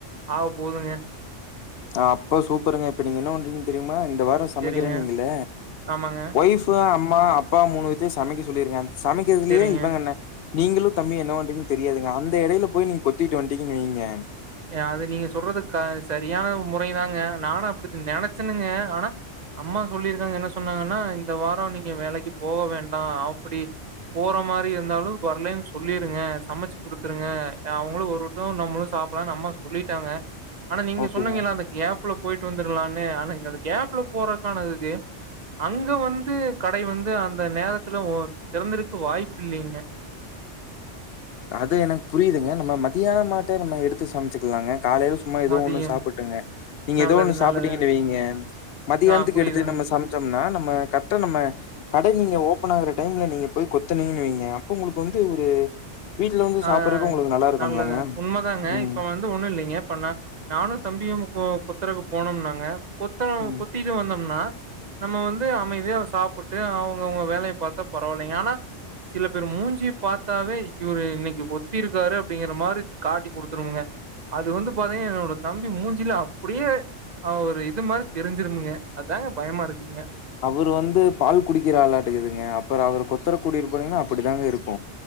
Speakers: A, on the right (about 40°); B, on the left (about 60°).
A: ஆக போதுங்க
B: ஆ அப்ப சூப்பருங்க இப்ப நீங்க என்ன பண்றீங்கன்னு தெரியுமா இந்த வார சமைக்கறேன்னிங்கல
A: சரிங்க. ஆமாங்க.
B: ஒய்ப்பு அம்மா அப்பா மூணு பேத்தயு சமைக்க சொல்லிருங்க சமைக்கிறதுலயே
A: சரிங்க.
B: இவங்க என்ன நீங்களு தம்பி என்ன பண்றீன்னு தெரியாதுங்க அந்த இடையில போய் நீங்க கொத்திட்டு வண்டிங்கன்னு வைங்க
A: அது நீங்க சொல்றது க சரியான முறை தாங்க நானும அப்படி நெனைச்சன்னுங்க ஆனா அம்மா சொல்லியிருக்காங்க என்ன சொன்னாங்கன்னா இந்த வார நீங்க வேலைக்கு போக வேண்டா அப்படி போற மாரி இருந்தாலு. வரலனுல சொல்லிருங்க சமைச்சு குடுத்துருங்க அவங்களு ஒருவரட்டு நம்மளு சாப் நம்மா சொல்லிட்டாங்க ஆனா நீங்க
B: ஓகேங்க.
A: சொன்னிங்கல்ல அந்த கேப்ல போயிட்டு வந்துரலான்னு ஆனாங்க அந்த கேப்ல போறக்கானது இது அங்க வந்து கடை வந்து அந்த நேரத்துல ஒ திறந்திருக்கு வாய்ப்பு இல்லலைங்க
B: அது எனக்கு புரியுதுங்க நம்ம மதியான மாட்டு நம்ம எடுத்து சமைச்சுக்கலாங்க காலையில சும்மா ஏதோ
A: மதியம்
B: ஒண்ணு சாப்பிட்டுங்க நீங்க
A: நல்லது
B: ஏதோ ஒண்ணு சாப்பிட்டீங்கன்னு
A: நல்லதுங்க
B: வைங்க மதியானத்துக்கு
A: ஆ புரியுதுங்க
B: எடுத்து நம்ம சமைச்சம்னா நம் ம்ம கரெக்டா நம்ம கடை நீங்க ஓபன் ஆகுற டைம்ல நீங்க போய் கொத்துனிங்கனு வைங்க அப்ப உங்களுக்கு வந்து ஒரு வீட்ல வந்து
A: ஆ
B: சாப்பறக்கு உங்களுக்கு நல்லா இருக்கும்லங்க
A: நல்லது உண்மதாங்க
B: ம்
A: இப்ப வந்து ஒண்ணு இல்லைங்க நா நானு தம்பியு கொத்தரக்கு போனோம்னாங்க கொத்தர
B: ம்
A: கொத்திட்டு வந்தோம்னா நம்ம வந்து அமைதியா சாப்புட்டு அவங்கவுங்க வேலைய பாத்தா பரவால்லைங்க ஆனா சில பேர் மூஞ்சி பாத்தாவே இ ஒரு இன்னைக்கு கொத்திருக்காரு அப்படிங்கிற மாரி காட்டி குடுத்துருங்க அது வந்து பாத்தீங்கா என்னோட தம்பி மூஞ்சில அப்டியே அவ் ஒரு இது மாரி தெரிஞ்சிருங்க அதாங்க பயமா இருக்குதுங்க
B: அவரு வந்து பால் குடிக்கிற ஆளாட்டுக்குதுங்க அப்புற அவரு கொத்தர குடி இரு போனீங்கன்னா அப்படிதாங்க இருக்கு